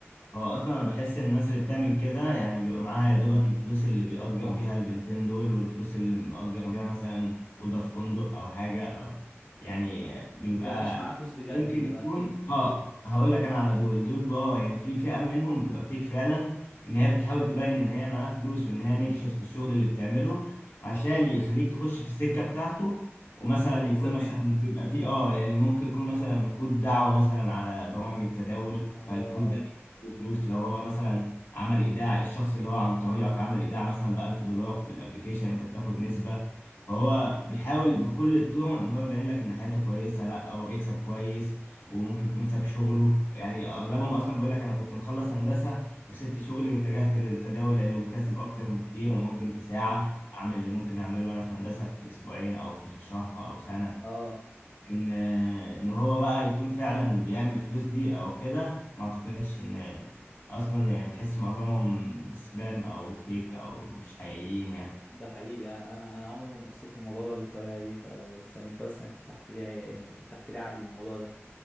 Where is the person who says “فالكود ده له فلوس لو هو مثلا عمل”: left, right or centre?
Left